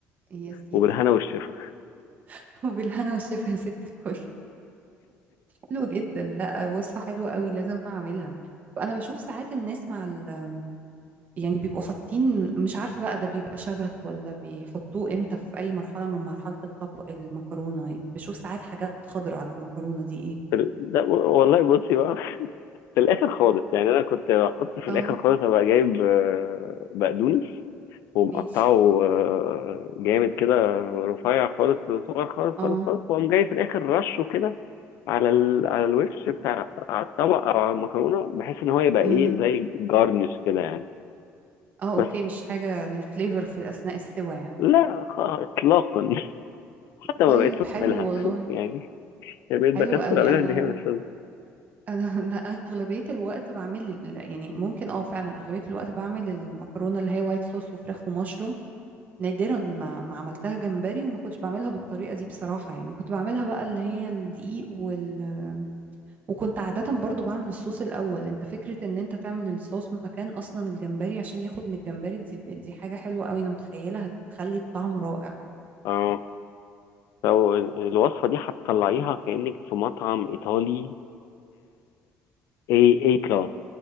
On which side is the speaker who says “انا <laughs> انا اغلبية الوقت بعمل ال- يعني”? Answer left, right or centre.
Right